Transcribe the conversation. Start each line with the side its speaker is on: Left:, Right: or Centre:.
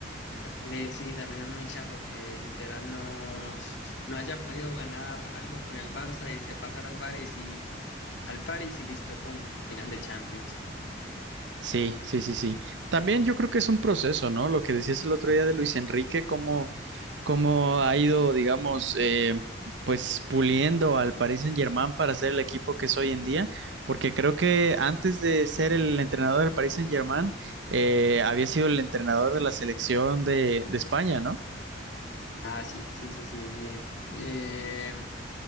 Left: dale, sí, también es muy charro que literal no, no haya podido ganar algo con el Barça y se pasara al Paris y al Paris y listo, pum, final de Champions.
Right: Sí, sí, sí, sí. También yo creo que es un proceso, ¿no? Lo que decías el otro día de Luis Enrique, cómo, cómo ha ido, digamos, eh, pues puliendo al Paris Saint-Germain para ser el equipo que es hoy en día, porque creo que antes de ser el entrenador del Paris Saint-Germain, eh, había sido el entrenador de la selección de, de España, ¿no?
Left: Ah, sí, sí, sí, sí, bien. Eh,